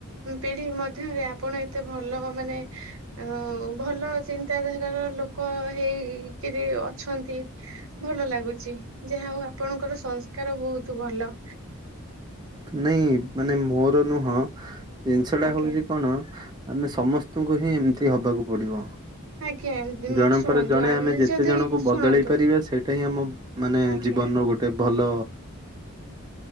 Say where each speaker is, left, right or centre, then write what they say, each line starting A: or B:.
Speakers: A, on the right (about 70°); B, on the right (about 20°).
A: ପିଢି ମଧ୍ୟରେ ଆପଣ ଏତେ ଭଲ ମାନେ ଆଉ ଭଲ ଚିନ୍ତାଧାରାର ଲୋକ ହେଇ-କିରି ଅଛନ୍ତି ଭଲ ଲାଗୁଚି, ଯାହାହଉ ଆପଣଙ୍କର ସଂସ୍କାର ବହୁତ ଭଲ।
B: ନାଇଁ ମାନେ ମୋର ନୁହଁ ଜିନିଷଟା
A: ଆଜ୍ଞା।
B: ହଉଚି କଣ ଆମେ ସ୍ ସମସ୍ତୁଙ୍କୁ ହିଁ ଏମତି ହବାକୁ ପଡିବ।
A: ଆଜ୍ଞା
B: ଜଣ
A: ଶୁଣନ୍ତୁ
B: ପରେ ଜଣେ ଆମେ ଯେତେ
A: ଯଦି
B: ଜଣଙ୍କୁ
A: ଶୁଣନ୍ତୁ
B: ବଦଳେଇ ପାରିବା ସେଇଟା ହିଁ ଆମ ମାନେ
A: ଆଜ୍ଞା
B: ଜୀବନର ଗୋଟ୍ ଟେ ଭଲ